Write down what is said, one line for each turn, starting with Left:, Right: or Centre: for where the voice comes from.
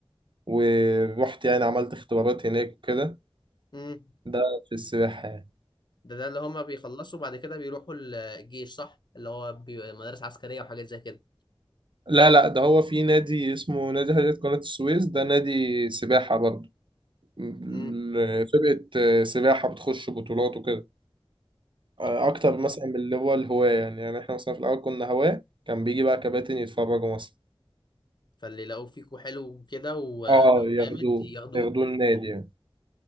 Right: ورحت يعني عملت اختبارات هناك وكده
Left: مم.
Right: ده في السباحة يعني
Left: ده ده اللي هما بيخلصوا بعد كده بيروحوا ال- الجيش صح اللي هو بي- مدارس عسكرية وحاجات زي كده
Right: لا لا ده هو في نادي اسمه نادي هيئة قناة السويس ده نادي سباحة برضه ال-
Left: مم.
Right: آه، فرقة آه، سباحة بتخش بطولات وكده آه،
Left: طب
Right: أكتر مثلا من اللي هو الهواة يعني يعني إحنا مثلا في الأول كنا هواة كان بيجي بقى كباتن يتفرجوا مثلا
Left: فاللي لقوه فيكوا حلو وكده و-
Right: اه
Left: وجامد
Right: ياخدوه
Left: ياخدوه
Right: ياخدوه النادي يعني.